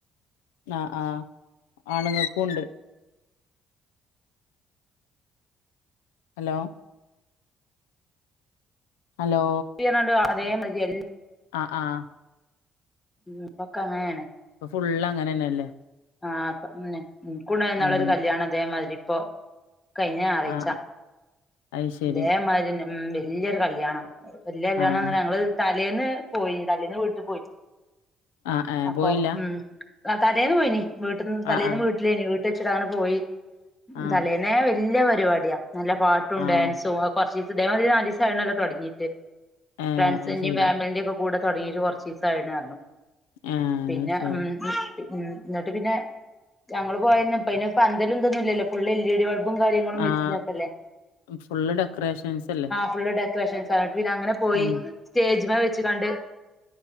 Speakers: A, on the left (about 85°); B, on the left (about 20°).
A: ആഹ് ആഹ്. ആണുങ്ങക്കു ണ്ട്. അലോ ഹലോ
B: <unintelligible> അതേ മാതിരി എൽ
A: ആഹ് ആഹ്
B: ഉം. ഇപ്പൊക്ക അങ്ങനേണ്.
A: ഇപ്പൊ ഫുള്ള് അങ്ങനെന്നെല്ലേ
B: ആഹ്പ്പൊ ന്നെ ഉം. ഇൻകുണ്ടായിനി ഇന്നാളൊരു
A: ഉം
B: കല്യാണം ഇതേമാതിരി ഇപ്പോ കഴിഞ്ഞ ഞാറയ്ച്ച.
A: ആഹ് അത് ശരി
B: ഇതേമായ്രിയന്നെ ഉം വല്യൊരു കല്യാണം വല്ല്യ കല്ല്യാണംന്നർഞാ
A: ആഹ്
B: ഞങ്ങള് തലേന്ന് പോയിനി. തലേന്ന് വീട്ടു പോയിര്ന്നു.
A: ആഹ് ഏഹ്
B: അപ്പൊ
A: പോയില്ല
B: ഉം ആഹ് തലേന്ന് പോയിനി. വീട്ടിന്ന് തലേന്ന്
A: ആഹ് ആഹ്
B: വീട്ടിലേനി വീട്ട് വെച്ചിട്ടങ്ങനെ പോയി.
A: ആഹ്
B: തലേന്നേ വല്യ പരിപാടിയാ. നല്ല പാട്ടും
A: ആഹ്
B: ഡാൻസും അ കുറച്ച് ദിവസദേഹം മതി നാലിസ ആണല്ലോ തുടങ്ങിട്ട്
A: ഏഹ്
B: ഫ്രണ്ട്സിന്റെയും
A: അത് ശരി
B: ഫാമിലിന്റെയും കൂടെ തുടങ്ങിട്ട് കുറച്ച ദിവസയിരുന്നു
A: ഏഹ്
B: പിന്നെ
A: അത് ശരി
B: ഉം ഉ എന്നിട്ട് പിന്നെ ഞങ്ങള്ൾ പോയ ഇപ്പ അന്തലും തന്നുമില്ലല്ലോ full L E D bulb കാര്യങ്ങളും വെച്ചതാക്കല്ലേ
A: ആഹ് ഫുള്ള് ഡെക്കറേഷൻസ് അല്ലേ
B: ഫുള്ള് ഡെക്കറേഷൻസ്ട്ട് പിന്നെ അങ്ങനെ പോയി
A: ഉം
B: സ്റ്റേജ വെച്ച് കണ്ട്